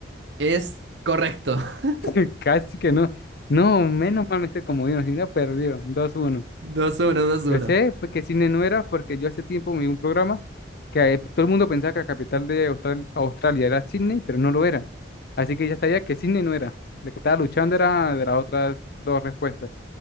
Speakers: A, on the right; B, on the left.
A: Es correcto. <laughs>
B: <laughs> Casi que no. No, menos mal me esté comodino, si no, perdió. Dos uno.
A: dos uno dos uno
B: Yo sé pues, que Sydney no era porque yo hace tiempo me vi un programa que eh, todo el mundo pensaba que la capital de Austral- Australia era Sydney, pero no lo era. Así que ya sabía que Sydney no era. La que estaba luchando era de las otras dos respuestas.